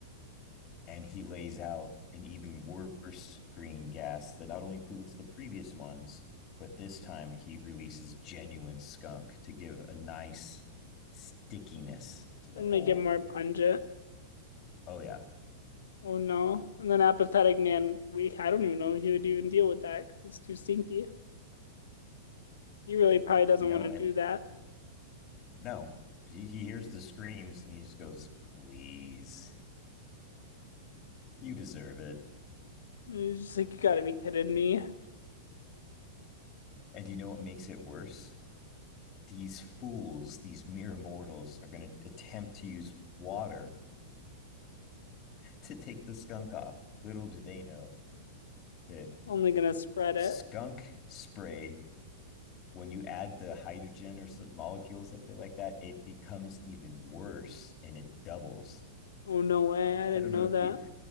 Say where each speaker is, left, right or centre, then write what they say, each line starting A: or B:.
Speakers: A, on the left; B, on the left.
A: and he lays out an even worse green gas that not only includes the previous ones, but this time he releases genuine skunk to give a nice stickiness to the
B: and
A: whole.
B: make it more pungent.
A: Oh yeah,
B: Oh no. And then apathetic man, we I don't even know if he would even deal with that because it's too stinky. He really probably doesn't
A: no,
B: want to
A: and
B: do that.
A: no. He, he hears the screams and he just goes, "Please, you deserve it."
B: He's just like, you gotta be kidding me.
A: And you know what makes it worse? These fools, these mere mortals, are going to attempt to use water to take the skunk off. Little do they know that
B: only gonna spread
A: skunk
B: it.
A: spray when you add the hydrogen or some molecule something like that it becomes even worse and it doubles
B: Oh no way, I didn't
A: i don't
B: know
A: know if
B: that.
A: you